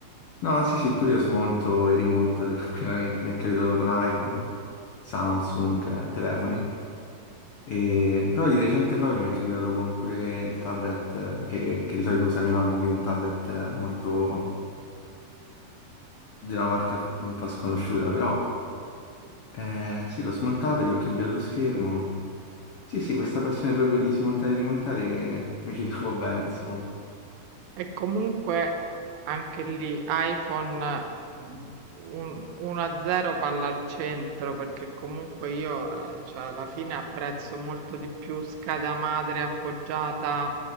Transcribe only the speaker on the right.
E comunque anche lì iPhone mm, un- 1-0 palla al centro perché comunque io eh, cioè, alla fine apprezzo molto di più scheda madre appoggiata